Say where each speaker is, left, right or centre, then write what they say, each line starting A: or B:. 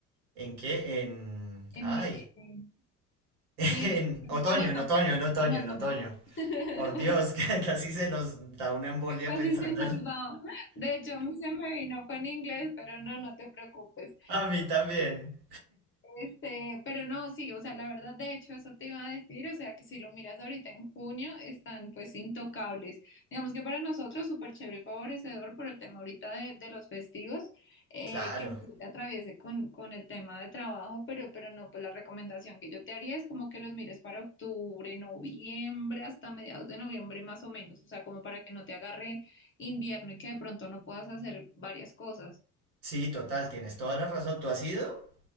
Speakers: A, on the right (about 60°); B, on the left (about 25°).
A: ¿en qué? En,
B: En,
A: ay,
B: en-
A: <laughs>
B: sí,
A: en
B: en
A: otoño,
B: en otoño,
A: en otoño, en otoño,
B: en otoño.
A: en otoño.
B: <laughs>
A: Por Dios, <laughs> que casi se nos da una embolia
B: Casi
A: pensando
B: se nos
A: <laughs>
B: va. De hecho, a mí se me vino fue en inglés, pero no, no te preocupes.
A: A mí también.
B: Este, pero no, sí, o sea, la verdad, de hecho, eso te iba a decir, o sea, que si lo miras ahorita en junio, están pues intocables. Digamos que para nosotros súper chévere y favorecedor por el tema ahorita de, de los festivos, eh,
A: Claro.
B: que no te atraviese con, con el tema de trabajo, pero, pero no, pues la recomendación que yo te haría es como que los mires para octubre, noviembre, hasta mediados de noviembre más o menos, o sea, como para que no te agarre invierno y que de pronto no puedas hacer varias cosas.
A: Sí, total, tienes toda la razón. ¿Tú has ido?